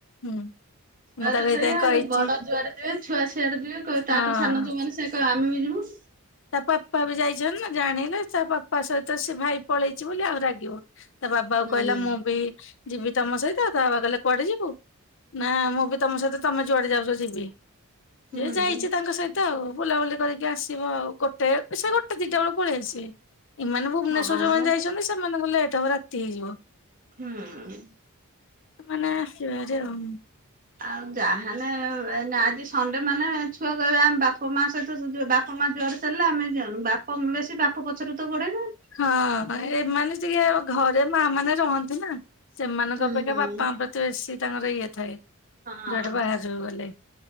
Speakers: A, on the left; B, on the right.
A: ହୁଁ। ମୁଁ
B: ଛୁଆ
A: ତାକୁ
B: ତ
A: ଏଇଥିପାଇଁ
B: ସେଇଆଉ
A: କହିଛି
B: ବଡ ଯୁଆଡେ ଯିବେ ଛୁଆ ସିଆଡେ ଯିବେ
A: ହଁ।
B: ତାଠୁ ସାନ ଯୋଉମାନେ ସେ ଆମେ ବି ଯିବୁ।
A: ତା ପାପା ବି ଯାଇଛନ୍ତି ନା ଜାଣିଲେ ତା ପାପା ସହିତ ସେ ଭାଇ ପଳେଇଛି ବୋଲି ଆଉ ରାଗିବନି। ତା ବାପାକୁ
B: ହୁଁ।
A: କହିଲା ମୁଁ ବି ଯିବି ତମ ସହିତ ତା ବାପା କହିଲେ କୁଆଡେ ଯିବୁ। ନା ମୁଁ ବି ତମ ସହିତ ତମେ ଯୁଆଡେ ଯାଉଛ ଯିବି।
B: ହୁଁ
A: ହେ ଯାଇଚି ତାଙ୍କ ସହିତ ଆଉ ବୁଲାବୁଲି କରିକି ଆସିବ ଆଉ। ଗୋଟେ ସେ ଗୋଟେ ଦିଟା ବେଳେ ପଳେଇଆସିବେ ଏମାନେ ଭୁବନେଶ୍ୱର
B: ହଁ
A: ଯୋଉମାନେ ଯାଇଛନ୍ତି ସେମାନଙ୍କୁ ଲେଟ ହବ ରାତି ହେଇଯିବ।
B: ହୁଁ
A: ମାନେ ଆସିବେ ଭାରି ଆଉ।
B: ଆଉ ଯାହାନେ ଆଜି ସଣ୍ଡେ ମାନେ ଛୁଆ କହିବେ ଆମ ବାପା ମା ସହିତ ବା ବାପ ମା ଜୁଆଡେ ଚାଲିଲେ ଆମେ ଯାଉ ବେଶୀ ବାପ ପଛରେ ତ ଗୋଡେଇବେ।
A: ହଁ ଏମାନେ ଟିକେ ଘରେ ମା ମାନେ ରହନ୍ତି ନା। ସେମାନଙ୍କ
B: ହୁଁ।
A: ଅପେକ୍ଷା ବାପାଙ୍କ ପ୍ରତି ବେଶୀ ତାଙ୍କର ଇଏ ଥାଏ।
B: ହଁ
A: ଯୁଆଡେ ବାହାଜ ଗଲେ।